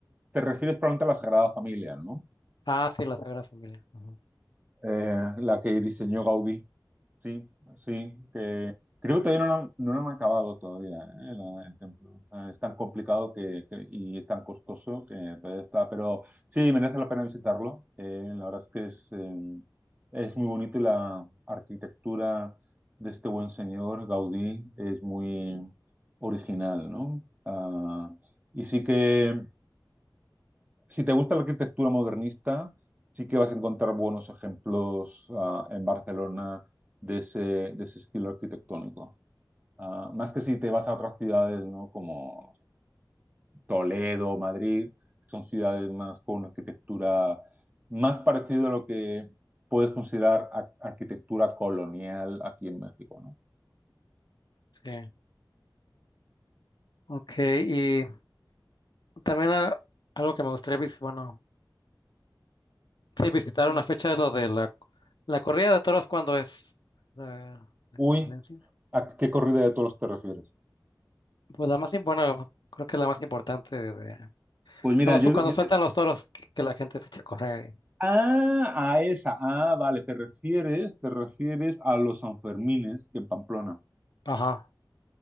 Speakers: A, on the right (about 20°); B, on the left (about 70°).
A: te refieres probablemente a la Sagrada Familia, ¿no?
B: Ah, sí, la Sagrada Familia. Ujú.
A: Eh, la que diseñó Gaudí. Sí, sí, que creo que todavía no lo han, no lo han acabado todavía, ¿eh? la- el templo. O sea, es tan complicado que, que- y tan costoso que todavía está, pero sí, merece la pena visitarlo. Eh, la verdad es que es, eh, es muy bonito y la arquitectura de este buen señor, Gaudí, es muy original, ¿no? Ah, y sí que si te gusta la arquitectura modernista, sí que vas a encontrar buenos ejemplos ah, en Barcelona de ese, de ese estilo arquitectónico. Ah, más que si te vas a otras ciudades, ¿no? Como Toledo, Madrid, que son ciudades más con una arquitectura más parecida a lo que puedes considerar ar- arquitectura colonial aquí en México, ¿no?
B: Sí, ok. Y también a- algo que me gustaría visitar, bueno, sí, visitar
A: Sí.
B: una fecha de lo de la, la corrida de toros, cuando es? La, la
A: Uy,
B: competencia.
A: ¿a qué corrida de toros te refieres?
B: Pues la más, im- bueno, creo que la más importante de...
A: Pues mira,
B: Cuando,
A: yo,
B: su- cuando
A: yo,
B: sueltan los toros, que, que la gente se echa a correr. y-
A: Ah, a esa. Ah, vale, te refieres, te refieres a los Sanfermines en Pamplona.
B: Ajá.